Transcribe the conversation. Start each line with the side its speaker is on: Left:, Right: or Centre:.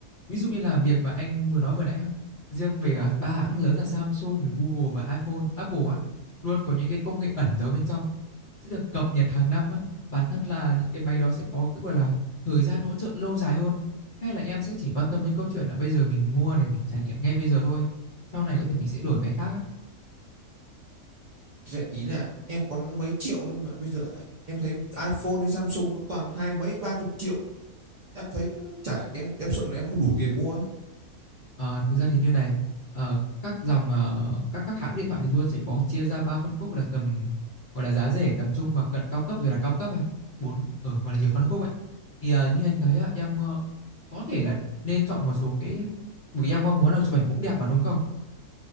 Left: Ví dụ như là việc mà anh vừa nói vừa nãy á, riêng về ờ, ba hãng lớn là Samsung, này, Google và iPhone, Apple á, luôn có những cái công nghệ ẩn giấu bên trong sẽ được cập nhật hàng năm á. Bản thân là những cái máy đó sẽ có cái gọi là thời gian hỗ trợ lâu dài hơn. Hay là em sẽ chỉ quan tâm đến câu chuyện là bây giờ mình mua này mình trải nghiệm ngay bây giờ thôi. Sau này có thể mình sẽ đổi máy khác á.
Right: Dạ, Ý là em có mấy triệu thôi mà bây giờ em thấy iPhone hay Samsung nó toàn hai mấy ba chục triệu. Em thấy chả em em sợ là em không đủ tiền mua ấy.
Left: Ờ, thực ra thì như này ờ, các dòng ờ, các các hãng điện thoại thì luôn sẽ có chia ra ba phân khúc là tầm gọi là giá rẻ tầm trung và cận cao cấp rồi là cao cấp à bốn ở gọi là nhiều phân khúc ấy thì ờ, như anh thấy á, em ờ, có thể là nên chọn một số cái bởi vì em mong muốn đâu chụp ảnh cũng đẹp mà đúng không